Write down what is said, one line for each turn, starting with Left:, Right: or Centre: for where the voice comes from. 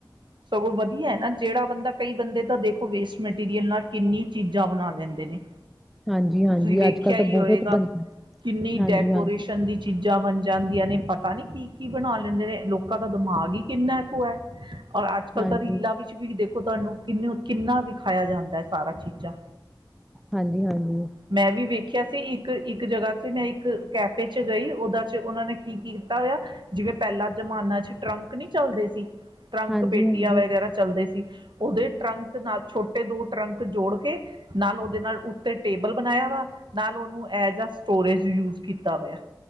Right: ਸਗੋਂ ਵਧੀਆ ਹੈ ਨਾ ਜਿਹੜਾ ਬੰਦਾ ਕਈ ਬੰਦੇ ਤਾਂ ਦੇਖੋ ਵੇਸਟ ਮਟੀਰੀਅਲ ਨਾਲ ਕਿੰਨੀ ਚੀਜ਼ਾਂ ਬਣਾ ਲੈਂਦੇ ਨੇ।
Centre: ਹਾਂਜੀ ਹਾਂਜੀ
Right: ਤੁਸੀਂ ਵੇਖਿਆ
Centre: ਅੱਜ ਕੱਲ੍ਹ
Right: ਹੀ
Centre: ਤਾਂ ਬਹੁਤ
Right: ਹੋਏਗਾ
Centre: ਬਣਦਾ
Right: ਕਿੰਨੀ
Centre: ਹਾਂਜੀ
Right: ਡੈਕੋਰੇਸ਼ਨ
Centre: ਹਾਂਜੀ
Right: ਦੀ ਚੀਜ਼ਾਂ ਬਣ ਜਾਂਦੀਆਂ ਨੇ ਪਤਾ ਨੀ ਕੀ-ਕੀ ਬਣਾ ਲੈਂਦੇ ਨੇ ਲੋਕਾਂ ਦਾ ਦਿਮਾਗ ਹੀ ਕਿੰਨਾ ਕੁ ਹੈ। ਔਰ ਅੱਜ ਕੱਲ
Centre: ਹਾਂਜੀ
Right: ਤਾਂ ਰੀਲਾਂ ਵਿੱਚ ਵੀ ਦੇਖੋ। ਖ ਤੁਹਾਨੂੰ ਕਿੰਨ ਕਿੰਨਾ ਵਿਖਾਇਆ ਜਾਂਦਾ ਹੈ ਸਾਰਾ ਚੀਜ਼ਾਂ
Centre: ਹਾਂਜੀ ਹਾਂਜੀ
Right: ਮੈਂ ਵੀ ਵੇਖਿਆ ਸੀ ਇੱਕ ਇੱਕ ਜਗ੍ਹਾ ਚ ਮੈਂ ਇੱਕ ਕੈਫੇ ਚ ਗਈ ਦਾ ਚ ਉਹਨਾਂ ਨੇ ਕੀ ਕੀਤਾ ਹੋਇਆ ਜਿਵੇਂ ਪਹਿਲਾਂ ਜ਼ਮਾਨਾ ਚ ਟਰੰਕ ਨਹੀਂ ਚੱਲਦੇ ਸੀ। ਟਰੰਕ
Centre: ਹਾਂਜੀ
Right: ਪੇਟੀਆਂ
Centre: ਹਾਂਜੀ
Right: ਵਗੈਰਾ ਚੱਲਦੇ ਸੀ। ਉਹਦੇ ਟਰੰਕ ਨਾਲ ਛੋਟੇ ਦੋ ਟਰੰਕ ਜੋੜ ਕੇ ਨਾਲ ਉਹਦੇ ਨਾਲ ਉੱਤੇ ਟੇਬਲ ਬਣਾਇਆ ਵਾ ਨਾਲ ਉਹਨੂੰ ਐਜ ਆ ਸਟੋਰੇਜ ਯੂਜ ਕੀਤਾ ਹੋਇਆ।